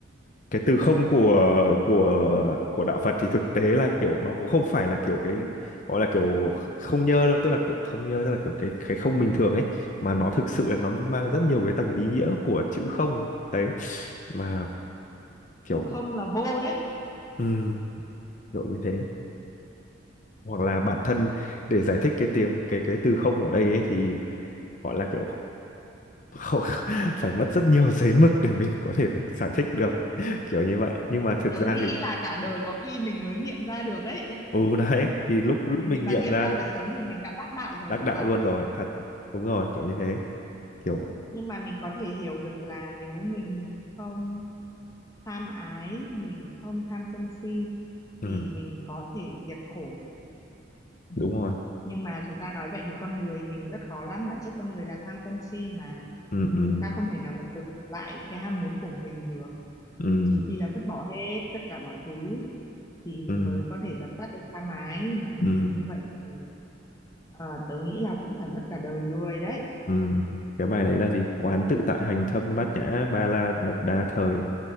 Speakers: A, on the left; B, on the left.
A: cái từ không của của của đạo Phật thì thực tế là kiểu nó cũng không phải là kiểu cái gọi là kiểu không nhơ đâu tức là kiểu không nhơ tức là kiểu cái cái không bình thường ấy mà nó thực sự là nó mang rất nhiều cái tầng ý nghĩa của chữ không đấy mà kiểu
B: không là vô đấy
A: um, kiểu như thế hoặc là bản thân để giải thích cái tiếng cái cái từ không ở đây ấy thì gọi là kiểu không, <laughs> phải mất rất nhiều giấy mực để mình có thể mình giải thích được <laughs> kiểu như vậy nhưng mà thực
B: tớ
A: ra
B: nghĩ
A: thì
B: là cả đời có khi mình mới nghiệm ra được ấy
A: ừ đấy thì lúc
B: <laughs>
A: lúc
B: thì
A: mình
B: mình mà
A: nghiệm
B: nghiệm
A: ra
B: ra được sớm thì mình đã đắc đạo rồi
A: đắc
B: cậu
A: đạo
B: ạ
A: luôn rồi thật đúng rồi kiểu như thế kiểu
B: nhưng mà mình có thể hiểu được là nếu mình không tham ái mình không tham sân si
A: ừ
B: thì mình có thể diệt khổ
A: đúng rồi
B: nhưng mà thực ra nói vậy thì con người mình rất khó lắm bản chất con người là tham sân si mà
A: ừ ừ
B: chúng ta không thể nào mà dừng lại những cái ham muốn của mình được
A: ừ
B: trừ khi là vứt bỏ hết tất cả mọi thứ thì
A: ừ
B: mới có thể dập tắt được tha mái mà
A: ừ
B: như vậy thì ờ, tớ nghĩ là cũng phải mất cả đời người đấy
A: ừ cái bài đấy là gì quán tự tại hành thâm bát nhã ba la mật đa thời